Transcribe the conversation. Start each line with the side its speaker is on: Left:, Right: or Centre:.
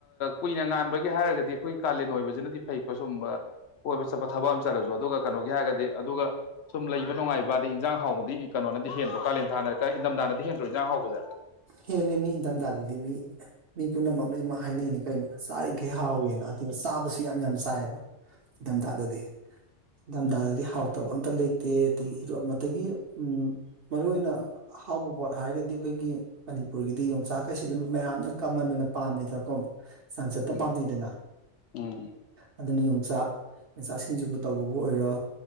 Left: ꯀꯨꯏꯅ ꯉꯥꯟꯕꯒꯤ ꯍꯥꯏꯔꯒꯗꯤ ꯑꯩꯈꯣꯏꯒꯤ ꯀꯥꯂꯦꯟ ꯑꯣꯏꯕꯁꯤꯅꯗꯤ ꯐꯩꯀꯣ ꯁꯨꯝ ꯀꯣꯏꯕ ꯆꯠꯄ ꯊꯕꯛ ꯑꯃ ꯆꯠꯂꯁꯨ ꯑꯗꯨꯒ ꯀꯩꯅꯣꯒꯤ ꯍꯥꯏꯔꯒꯗꯤ ꯑꯗꯨꯒ ꯁꯨꯝ ꯂꯩꯕ ꯅꯨꯡꯉꯥꯏꯕ ꯑꯗꯩ ꯏꯟꯖꯥꯡ ꯍꯥꯎꯕꯗꯤ ꯀꯩꯅꯣꯅꯗꯤ ꯍꯦꯟꯕ꯭ꯔꯣ ꯀꯥꯂꯦꯟ ꯍꯅ ꯏꯝꯊꯗꯥꯅꯗꯤ ꯍꯦꯟꯗ꯭ꯔꯣ ꯏꯟꯖꯥꯡ ꯍꯧꯕꯁꯦ
Right: ꯍꯦꯂ ꯃꯤ ꯏꯗꯝꯗꯥꯗꯗꯤ ꯃꯤ ꯃꯤ ꯄꯨꯝꯅꯃꯛ ꯂꯣꯏꯅꯃꯛ ꯍꯥꯏꯅꯩꯅꯦ ꯀꯩꯅꯣ ꯆꯥꯔꯤꯡꯈꯩ ꯍꯥꯎꯋꯦꯅ ꯑꯗꯨ ꯆꯥꯕꯁꯨ ꯌꯥꯝ ꯌꯥꯝ ꯆꯥꯏꯌꯦꯕ ꯏꯊꯝꯊꯥꯗꯗꯤ ꯏꯊꯝꯊꯥꯗꯗꯤ ꯍꯥꯎꯇꯕ ꯑꯝꯇ ꯂꯩꯇꯦ ꯑꯗꯒꯤ ꯏꯔꯣ ꯑꯃꯒꯤ ꯎꯝ ꯃꯔꯨꯏ ꯑꯣꯏꯅ ꯍꯥꯎꯕ ꯄꯣꯠ ꯍꯥꯏꯔꯒꯗꯤ ꯑꯩꯈꯣꯏꯒꯤ ꯃꯅꯤꯄꯨꯔꯒꯤꯗꯤ ꯌꯣꯡꯆꯥꯛꯈꯩꯁꯤ ꯑꯗꯨꯝ ꯃꯌꯥꯝꯅ ꯀꯃꯟ ꯑꯣꯏꯅ ꯄꯥꯝꯃꯦꯗꯅꯀꯣ ꯆꯥꯡꯆꯠꯇ
Left: ꯎꯝ
Right: ꯄꯥꯝꯅꯩꯗꯅ
Left: ꯎꯝ
Right: ꯑꯗꯨ ꯌ ꯆꯥꯛ ꯌꯣꯡꯆꯥꯛꯁꯤꯡꯁꯤꯕꯨ ꯇꯧꯕꯕꯨ ꯑꯣꯏꯔꯣ